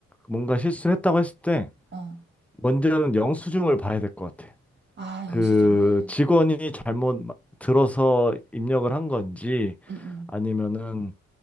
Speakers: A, in the centre; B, on the right (about 35°).
A: 뭔가 실수했다고 했을 때
B: 어.
A: 먼저는 영수증을 봐야 될 것 같아.
B: 아,
A: 그
B: 영수증을?
A: 직원이 잘못 마- 들어서 입력을 한 건지
B: 응, 응,
A: 아니면은